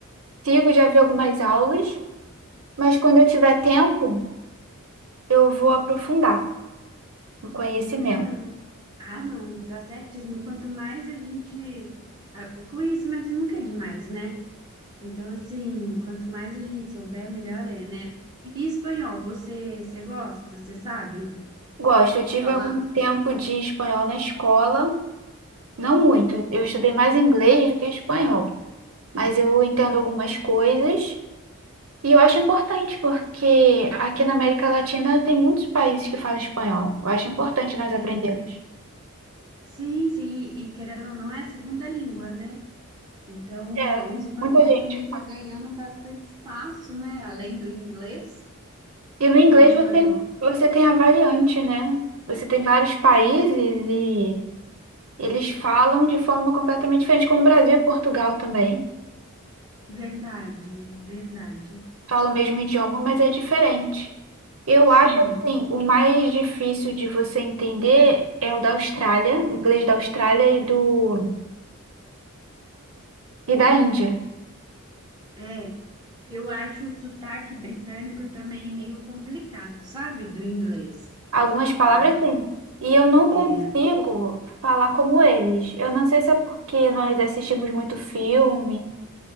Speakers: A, on the right; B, on the right.
A: Sigo, já vi algumas aulas, mas quando eu tiver tempo, eu vou aprofundar o conhecimento.
B: Não. Ah, não, tá certíssimo. Quanto mais a gente. ah, O conhecimento nunca é demais, né? Então, assim, quanto mais a gente souber, melhor é, né? E espanhol, você, você gosta? Você sabe
A: Gosto, eu tive
B: falar?
A: algum tempo de espanhol na escola, não muito. Eu estudei mais inglês do que espanhol, mas eu entendo algumas coisas E eu acho importante, porque aqui na América Latina tem muitos países que falam espanhol. Eu acho importante nós
B: Tem.
A: aprendermos.
B: Sim, sim. E querendo ou não, é a segunda língua, né? Então,
A: É,
B: ga- o espanhol
A: Muita gente.
B: também está ganhando bastante espaço, né? Além do inglês,
A: E no inglês
B: o espanhol.
A: você, você tem a variante, né? Você tem vários países e eles falam de forma completamente diferente, como o Brasil e Portugal também.
B: Verdade, verdade.
A: Falam o mesmo idioma, mas é diferente. Eu
B: Sim,
A: acho assim, o mais difícil de você entender é o da Austrália, o inglês da Austrália e do e da Índia.
B: é. Eu acho o sotaque britânico também meio complicado, sabe? Do inglês.
A: Algumas palavras
B: Eu acho.
A: sim. E eu não consigo
B: É.
A: falar como eles. Eu não sei se é porque nós assistimos muito filme.